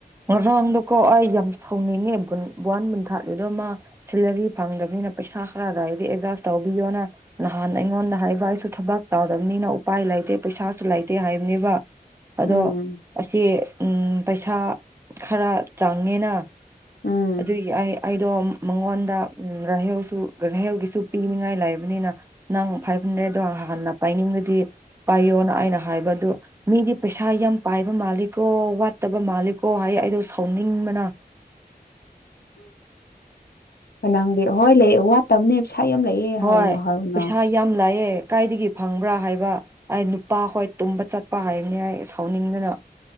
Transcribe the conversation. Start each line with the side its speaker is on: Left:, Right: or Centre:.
Right: ꯔꯪꯗꯨ ꯀ ꯑꯩ ꯍꯧꯅꯤꯡꯉꯦ ꯕꯟꯕꯨꯟꯊꯥꯂꯤꯗꯣ ꯃꯥ ꯁꯦꯂꯔꯤ ꯐꯪꯗꯕꯅꯤꯅ ꯄꯩꯁꯥ ꯈꯔ ꯗꯥꯏꯔꯗꯤ ꯑꯦꯗꯖꯁ ꯇꯧꯕꯤꯌꯣꯅ ꯅꯍꯥꯟ ꯑꯩꯉꯣꯟꯗ ꯍꯥꯏꯕ ꯑꯩꯁꯨ ꯊꯕꯛ ꯇꯧꯗꯕꯅꯤꯅ ꯎꯄꯥꯏ ꯂꯩꯇꯦ ꯄꯩꯁꯥꯁꯨ ꯂꯩꯇꯦ ꯍꯥꯏꯕꯅꯤꯕ ꯑꯗꯣ
Left: ꯎꯝ
Right: ꯑꯁꯤ ꯎꯝ ꯄꯩꯁꯥ ꯈꯔ ꯆꯪꯉꯦꯅ
Left: ꯎꯝ
Right: ꯑꯗꯨꯒꯤ ꯑꯩ ꯑꯩꯗꯣ ꯃꯉꯣꯟꯗ ꯎꯝ ꯔꯍꯧꯁꯨ ꯔꯍꯧꯒꯤꯁꯨ ꯄꯤꯅꯤꯡꯉꯥꯏ ꯂꯩꯥꯏꯕꯅꯤꯅ ꯅꯪ ꯐꯥꯏꯚ ꯍꯟꯗ꯭ꯔꯦꯗꯗꯣ ꯍꯥꯟꯅ ꯄꯥꯏꯅꯤꯡꯕꯗꯤ ꯄꯥꯏꯌꯣꯅ ꯑꯩꯅ ꯍꯥꯏꯕ ꯑꯗꯨ ꯃꯤꯗꯤ ꯄꯩꯁꯥ ꯌꯥꯝ ꯄꯥꯏꯕ ꯃꯥꯜꯂꯤꯀꯣ ꯋꯥꯠꯇꯕ ꯃꯥꯜꯂꯤꯀꯣ ꯍꯥꯏ ꯑꯩꯗꯣ ꯁꯥꯎꯅꯤꯡꯕꯅ
Left: ꯀꯅꯥ ꯍꯣꯏ ꯂꯩ ꯋꯥꯠꯇꯕꯅꯦ ꯄꯩꯁꯥ ꯌꯥꯝ ꯂꯩꯑꯦ ꯍꯥꯏꯅ
Right: ꯍꯣꯏ
Left: ꯍꯥꯏꯔꯨꯅ
Right: ꯄꯩꯁꯥ ꯌꯥꯝ ꯂꯥꯑꯦ ꯂꯩꯀꯥꯏꯗꯒꯤ ꯐꯪꯕ꯭ꯔꯥ ꯍꯥꯏꯕ ꯍꯥꯏ ꯅꯨꯄꯥ ꯍꯣꯏ ꯇꯨꯝꯕ ꯆꯠꯄ ꯍꯥꯏꯕꯅꯤ ꯍꯥꯏ ꯁꯥꯎꯅꯤꯡꯗꯅ